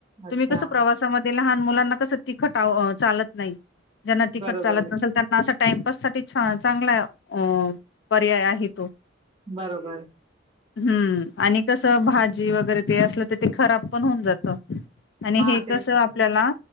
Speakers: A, on the right; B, on the left.
A: अच्छा.
B: तुम्ही कस प्रवासामध्ये लह मुलाना कस तट चालत नाही ज्यांना तिखट
A: बरोबर,
B: चालत नसेल त्यांना टाइमपास साठी चांगला अ पर्याय आहे तो
A: बरोबर
B: हम्म आणि कसं भाजी वगैरे ते असलं तर ते खराब पण होऊन जात आणि
A: हां,
B: हे
A: तेच
B: कस
A: ना.
B: आपल्याला